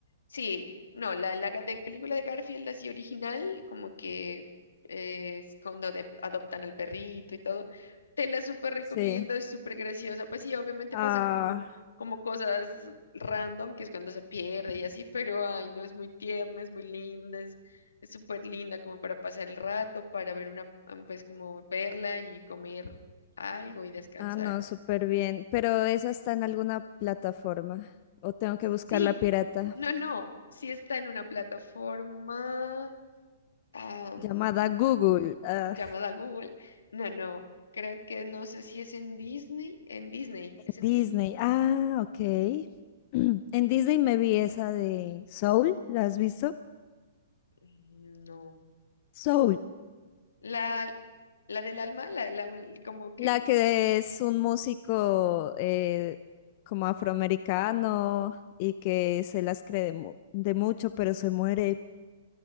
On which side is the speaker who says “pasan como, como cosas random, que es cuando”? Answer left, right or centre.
Left